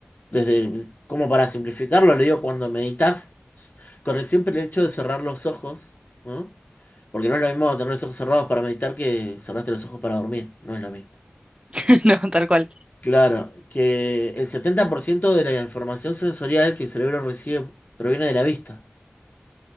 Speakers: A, on the left; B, on the right.
A: desde, como para simplificarlo, le digo cuando meditas, con el simple hecho de cerrar los ojos, ¿no? Porque no es lo mismo tener los ojos cerrados para meditar que cerraste los ojos para dormir, no es lo mismo.
B: <laughs> No, tal cual.
A: Claro, que el 70% de la información sensorial que el cerebro recibe proviene de la vista,